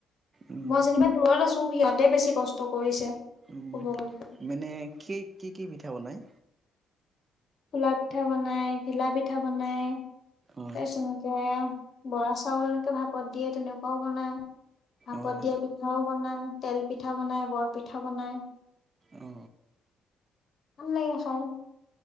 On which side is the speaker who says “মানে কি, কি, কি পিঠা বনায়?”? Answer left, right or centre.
Right